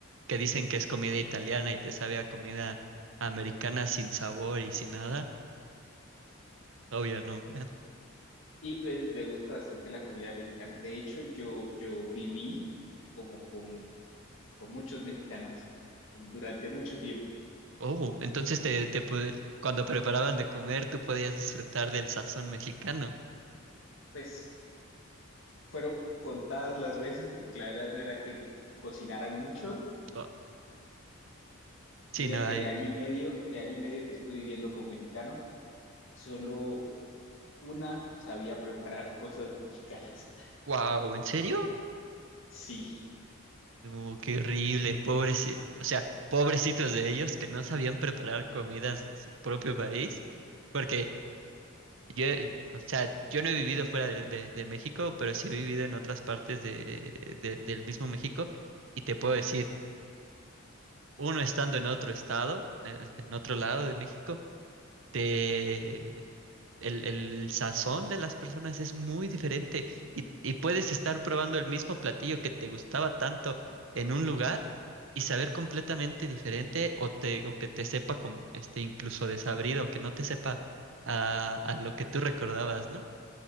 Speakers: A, on the right; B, on the left.
A: que dicen que es comida italiana y te sabe a comida americana sin sabor y sin nada, obvio no. ¿eh?
B: y pues me gusta bastante la comida mexicana. De hecho, yo, yo viví como con, con muchos mexicanos durante mucho tiempo.
A: Oh, entonces te, te pu- cuando preparaban de comer tú podías disfrutar del sazón mexicano.
B: Pues fueron contadas las veces, porque la verdad no era que cocinaran mucho.
A: Oh, sí,
B: Mira
A: no
B: que
A: hay.
B: de año y medio, de año y medio que estuve viviendo con mexicanos, solo Una sabía preparar cosas mexicanas. <laughs>
A: Wow, ¿en serio?
B: Sí,
A: Oh, qué horrible, pobres, o sea, pobrecitos de ellos que no sabían preparar comidas de su propio país. Porque Yo, o sea, yo no he vivido fuera de, de- de México, pero sí he vivido en otras partes de, de- del mismo México y te puedo decir, uno estando en otro estado, eh, en otro lado de México, te, el, el sazón de las personas es muy diferente y, y puedes estar probando el mismo platillo que te gustaba tanto en un lugar y saber completamente diferente o, te, o que te sepa con, este, incluso desabrido, que no te sepa a, a lo que tú recordabas, ¿no?